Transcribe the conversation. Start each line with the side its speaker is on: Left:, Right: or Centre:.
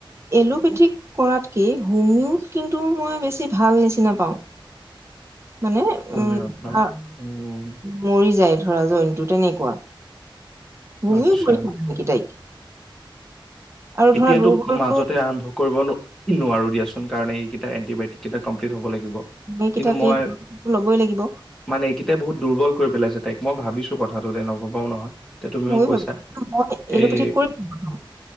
Right: এলোপেথিক কৰাতকে হোমওত কিন্তু মই বেছি ভাল নিচিনা পাওঁ। মানে
Centre: সমীৰত
Right: উম,
Centre: ন উম
Right: মৰি যায়। ধৰা জৈনটো তেনেকুৱা। মুনো
Centre: আচ্ছা
Right: কৰিছিল নেকি তাইক, আৰু
Centre: এতিয়াতো
Right: ধৰা দুৰ্বলটো
Centre: মাজতে আৰম্ভ কৰিব নোৱাৰো দিয়াচোন কাৰণে কেইটাএটিবায়টিক এতিয়া কমপ্লিট হব লাগিব।
Right: এইকেইটা
Centre: কিন্ত
Right: তেল
Centre: মই
Right: ল'বই লাগিব
Centre: মানে এইকেতা বহুত দুৰ্বল কৰি পেলাইছে তাইক মই ভাবিছো কথাটোতে নভবাও নহয়। তে তুমিও
Right: ময়ো
Centre: কৈছা
Right: ভাব মই এলোপেথিক
Centre: এই
Right: কৰি খাম।